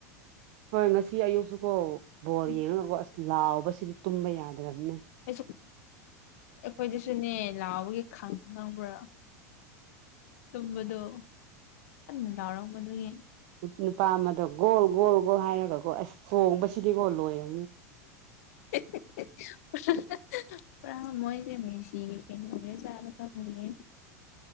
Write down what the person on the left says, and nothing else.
ꯎꯝ
ꯑꯩꯁꯨ ꯑꯩꯈꯣꯏꯗꯁꯨꯅꯦ ꯂꯥꯎꯕꯒꯤ ꯈꯪꯉ ꯈꯪꯕ꯭ꯔꯥ ꯇꯨꯝꯕꯗꯣ ꯀꯟꯅ ꯂꯥꯎꯔꯝꯕꯗꯨꯒꯤ
<inaudible> ꯄꯨꯔꯥ ꯃꯣꯏꯗꯤ ꯃꯦꯁꯤꯒꯤ ꯐꯦꯟ ꯑꯣꯏꯔꯖꯥꯔ ꯈꯪꯗꯦꯍꯦ